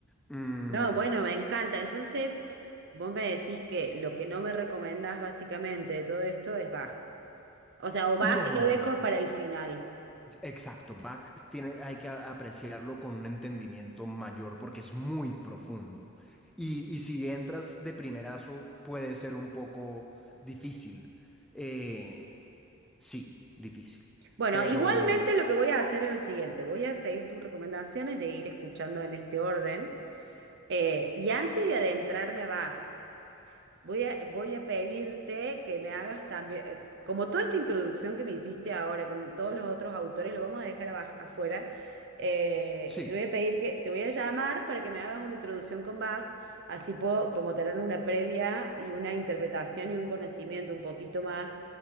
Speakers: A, in the centre; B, on the right.
A: Mm,
B: No, bueno, me encanta. Entonces, vos me decís que lo que no me recomendás básicamente de todo esto es Bach. O sea, o
A: no,
B: bajo
A: no,
B: lo
A: no,
B: dejo
A: no, no.
B: para el final.
A: Exacto, Bach tiene, hay que a- apreciarlo con un entendimiento mayor porque es muy profundo. Y, y si entras de primerazo puede ser un poco difícil. Eh, sí, difícil.
B: Bueno,
A: Pero
B: igualmente
A: mm,
B: lo que voy a hacer es lo siguiente, voy a seguir tus recomendaciones de ir escuchando en este orden. Eh, y antes de adentrarme a Bach, Voy a, voy a pedirte que me hagas también, eh, como toda esta introducción que me hiciste ahora con todos los otros autores, lo vamos a dejar abaj- afuera, eh,
A: sí.
B: y te voy a pedir que, te voy a llamar para que me hagas una introducción con Bach, así puedo como tener una previa y una interpretación y un conocimiento un poquito más